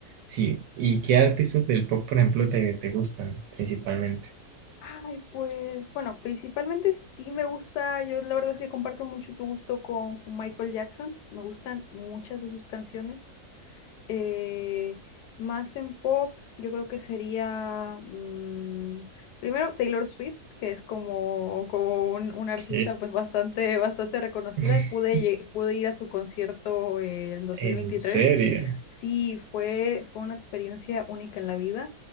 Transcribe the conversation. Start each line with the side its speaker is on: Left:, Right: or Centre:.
Right: sí. ¿Y qué artistas del pop, por ejemplo, te, te gustan principalmente?
Left: Ay, pues, bueno, principalmente sí me gusta, yo la verdad es que comparto mucho tu gusto con, con Michael Jackson, me gustan muchas de sus canciones. eh, más en pop, yo creo que sería mm, primero Taylor Swift, que es como, como un, un artista
Right: Ok.
Left: pues bastante, bastante reconocida
Right: <laughs>
Left: y pude, lle- pude ir a su concierto eh, en dos
Right: ¿En
Left: mil veintitrés
Right: serio?
Left: Sí, fue, fue una experiencia única en la vida